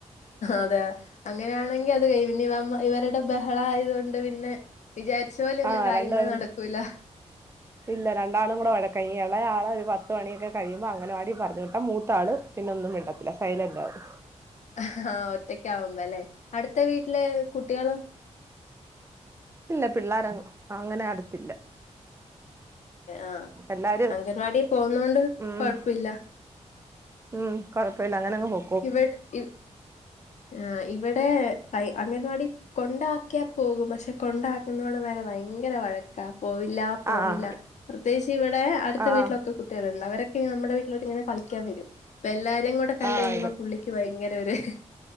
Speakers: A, on the left; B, on the right.
A: അതെ അങ്ങനെയാണെങ്കി അത് കയി ഇനി ഇവമ്മ ഇവരടെ ബഹളം ആയതോണ്ട് പിന്നെ വിചാരിച്ചാ പോലെന്നും
B: ആ
A: കാര്യങ്ങള്
B: രണ്ടുപേരും
A: നടക്കൂല്ലാ
B: ഇല്ല രണ്ടാളും കൂടെ വഴക്കായി ഇനി എളേയാളേ ഒര് പത്ത് മണിയൊക്കെ കയിമ്പോ അങ്കാനാവടി പറഞ്ഞ് വിട്ടാ മൂത്താള് പിന്നെ ഒന്നും മിണ്ടാത്തില്ല സൈലന്റ് ആകും
A: ആഹ് ഒറ്റക്ക് ആവുമ്പോ അല്ലെ അട്ത്താ വീട്ടിലെ കുട്ടികളേ
B: ഇല്ല പിള്ളോര് അങ്ങ് അങ്ങനെ അട്ത്തില്ലാ
A: ആഹ്
B: എല്ലാരും
A: അംഗൻവാടി പോന്നേണ്ട്
B: ഉം
A: കൊഴപ്പില്ലാ
B: ഉം കൊഴപ്പല്ല അങ്ങന അങ് പോ
A: ഇവടെ ഇ ആഹ് ഇവടെ ബ അംഗൻവാടി കൊണ്ടാക്കിയാ പോകും പശേ കൊണ്ടാക്ക്ന്നാ അവടും വെരെ ബയങ്കര വഴക്കാ പോവില്ല പോവില്ല
B: ആഹ്
A: പ്രത്യേകിച്ച് ഇവടെ അടുത്താ
B: ആഹ്
A: വീട്ടിലൊക്കെ കുട്ടി ള് ഇണ്ട് അവരൊക്കെ ഇങ്ങ് നമ്മടെ വീട്ടിലോട്ടേ ഇങ്ങനെ കളിക്ക്യാൻ വെരും ഇപ്പേ എല്ലാരോം കൂടി കണ്ട്
B: ആഹ്
A: കയിമ്പോ
B: ഇവ
A: പുള്ളിക്ക് ബയങ്കര ഒര്